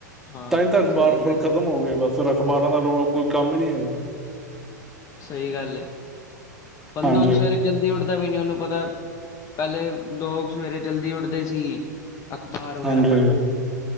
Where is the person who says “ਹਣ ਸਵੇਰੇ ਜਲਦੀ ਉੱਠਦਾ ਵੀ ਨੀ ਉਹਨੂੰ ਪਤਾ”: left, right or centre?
Left